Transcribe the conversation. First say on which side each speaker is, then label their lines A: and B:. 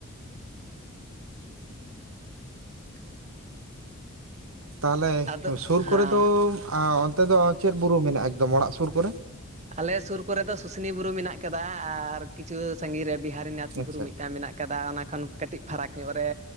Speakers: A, on the right; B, on the right.
A: <inaudible>
B: ᱛᱟᱦᱚᱞᱮ
A: ᱟᱫᱚ
B: ᱥᱩᱨ
A: ᱦᱮᱸ
B: ᱠᱚᱨᱮ ᱫᱚ ᱚᱱᱛᱮ ᱫᱚ ᱪᱮᱫ ᱵᱩᱨᱩ ᱢᱮᱱᱟᱜᱼᱟ ᱮᱠᱫᱚᱢ ᱚᱲᱟᱜ ᱥᱩᱨ ᱠᱚᱨᱮ
A: ᱟᱞᱮ ᱥᱩᱨ ᱠᱚᱨᱮ ᱫᱚ ᱥᱩᱥᱱᱤ ᱵᱩᱨᱩ ᱢᱮᱱᱟᱜ ᱟᱠᱟᱫᱟ ᱟᱨ ᱠᱤᱪᱷᱩ ᱥᱟᱺᱜᱤᱧ ᱨᱮ ᱵᱤᱦᱟᱨᱤ ᱨᱤᱱᱟᱛᱷ
B: ᱟᱪᱪᱷᱟ
A: ᱵᱩᱨᱩ ᱢᱤᱫᱴᱟᱝ ᱢᱮᱱᱟᱜ ᱟᱠᱟᱫᱟ ᱚᱱᱟ ᱠᱷᱚᱱ ᱠᱟᱹᱴᱤᱡ ᱯᱷᱟᱨᱟᱠ ᱧᱚᱜ ᱨᱮ